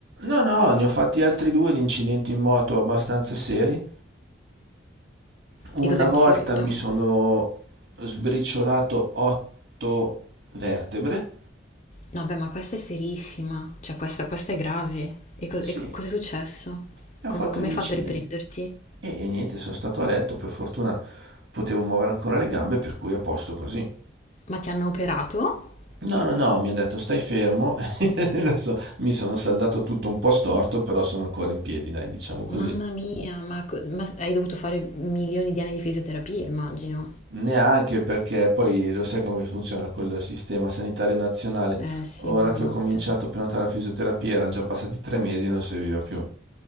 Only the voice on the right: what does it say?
No, no, ne ho fatti altri due di incidenti in moto abbastanza seri. Una
volta
mi sono sbriciolato otto vertebre.
Sì.
e ho
fatto
un incidente.
E, e niente, sono stato a letto, per fortuna potevo muovere ancora le gambe, per cui a posto così.
No, no, no, mi hanno detto stai fermo, <laughs> adesso mi sono saldato tutto un po' storto, però sono ancora in piedi, dai, diciamo così.
Neanche perché poi lo sai come funziona col sistema sanitario nazionale.
Ora
che ho cominciato a prenotare la fisioterapia, erano già passati tre mesi, e non serviva più.